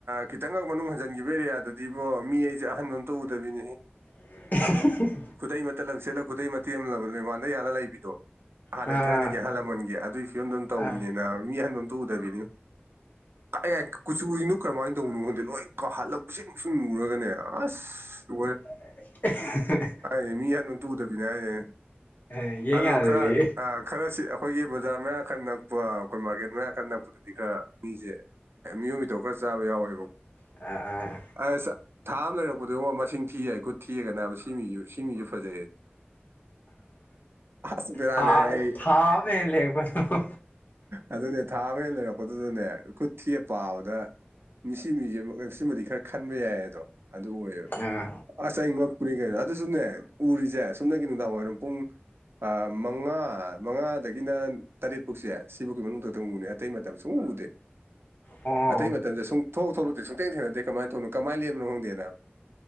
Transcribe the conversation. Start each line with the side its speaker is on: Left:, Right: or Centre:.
Right: ꯈꯤꯇꯪꯒꯛ ꯃꯅꯨꯡ ꯍꯟꯖꯤꯟꯈꯤꯕ ꯑꯦꯔꯤꯌꯥꯗꯗꯤꯕꯣ ꯃꯤ ꯑꯩꯁꯦ ꯑꯍꯟꯕ ꯑꯃꯝꯇ ꯎꯗꯕꯤꯅꯦ
Left: <inaudible>
Right: ꯈꯨꯗ ꯃꯇꯜꯂꯟ ꯁꯦꯠꯂꯒ ꯈꯨꯗꯩ ꯃꯇꯦꯜ ꯑꯃꯂꯕ ꯂꯩꯕꯥꯟꯗ ꯌꯥꯔꯅ ꯂꯩꯕꯤꯗꯣ ꯍꯥꯟꯅꯩ
Left: ꯑꯥ
Right: ꯊꯥꯏꯅꯒꯤ ꯑꯍꯜ ꯂꯃꯟꯒꯤꯦ ꯑꯗꯨꯒꯤ ꯐꯤꯕꯝꯗ ꯑꯗꯨꯝ ꯇꯧꯕꯅꯤꯅ
Left: ꯑꯥ
Right: ꯃꯤ ꯑꯍꯟꯗ ꯑꯝꯇ ꯎꯗꯕꯤꯅꯤ ꯌꯥ ꯀꯨꯆꯨꯁꯤꯅꯨ ꯀꯔꯝꯍꯥꯏꯅ ꯇꯧꯅꯣꯗꯦ ꯂꯣꯏ ꯀꯥꯍꯜꯂꯛꯄ ꯁꯤ ꯁꯨꯝꯅꯨꯔꯒꯅꯦ ꯑꯥꯁ ꯑꯣꯏꯣꯏ
Left: <unintelligible>
Right: ꯍꯥꯏꯅꯦ ꯃꯤ ꯍꯟ ꯇꯨꯗꯕꯤꯅꯦ ꯍꯥꯏꯅꯦ
Left: ꯑꯦ ꯌꯦꯡ
Right: ꯑꯗꯣ
Left: ꯌꯥꯗꯗꯤ
Right: ꯈꯔ ꯈꯔꯁꯤ ꯑꯩꯈꯣꯏꯒꯤ ꯕꯖꯥꯔ ꯃꯌꯥ ꯈꯔ ꯅꯛꯄ ꯑꯩꯈꯣꯏ ꯃꯥꯔꯀꯦꯠ ꯃꯌꯥ ꯈꯔ ꯅꯛꯄꯗꯗꯤ ꯈꯔ ꯃꯤꯁꯦ ꯑꯦ ꯃꯤꯑꯣꯏ ꯃꯤꯗꯧ ꯈꯔ ꯆꯥꯕ ꯌꯥꯎꯋꯦꯕ
Left: ꯑꯥ ꯑꯥ
Right: ꯑ ꯊꯥ ꯑꯃ ꯂꯩꯔꯛꯄꯗꯨꯉꯣ ꯃꯁꯤꯡ ꯊꯤ ꯌꯥꯏ ꯑꯩ ꯈꯨꯠ ꯊꯤꯔꯒꯅꯦ ꯍꯥꯏꯕꯁꯦ ꯁꯤꯃꯤ ꯁꯤꯃꯤꯖꯨ ꯐꯖꯩ ꯑꯁ ꯕꯦꯔꯥꯅꯦ
Left: ꯊꯥ
Right: ꯑꯩ
Left: ꯊꯥ ꯃꯦꯟ ꯂꯦꯦꯛꯄꯣ
Right: ꯑꯗꯨꯗꯗꯤ ꯊꯥꯕꯦ ꯂꯩꯦ ꯂ ꯄꯠꯇꯗꯅꯦ ꯈꯨꯠ ꯊꯤꯑ ꯄꯥꯕꯗ ꯃꯤꯁꯤ ꯃꯤꯁꯦ ꯁꯤꯃꯗꯤ ꯈꯔ ꯈꯟꯕ ꯌꯥꯏ ꯑꯗꯣ ꯑꯗꯨ ꯑꯣꯏꯌꯦꯕ
Left: ꯑꯥ
Right: ꯑꯁ ꯑꯃꯛꯄꯨꯅꯤ ꯀꯩꯅꯣ ꯑꯗꯨꯁꯨꯅꯦ ꯎꯔꯤꯁꯦ ꯁꯨꯝꯅꯒꯤ ꯅꯨꯡꯗꯥꯡ ꯋꯥꯏꯔꯝ ꯄꯨꯡ ꯃꯉꯥ ꯃꯉꯥꯗꯒꯤꯅ ꯇꯔꯦꯠ ꯐꯧꯁꯦ ꯁꯤꯐꯥꯎꯒꯤ ꯃꯅꯨꯡ ꯈꯛꯇꯪ ꯎꯅꯦ ꯑꯇꯩ ꯃꯇꯝ ꯁꯨꯝ ꯎꯗꯦ <unintelligible>
Left: ꯑꯣ
Right: ꯑꯇꯩ ꯃꯇꯝꯗ ꯁꯨꯡ ꯊꯣꯛꯂ ꯊꯣꯛꯂꯛꯇꯤ ꯁꯨꯡꯦꯡ ꯊꯦꯡꯅꯦ ꯀꯃꯅꯧꯅꯣ ꯀꯃꯥꯏꯅꯦꯝꯅꯣ ꯈꯣꯡꯗꯦꯕ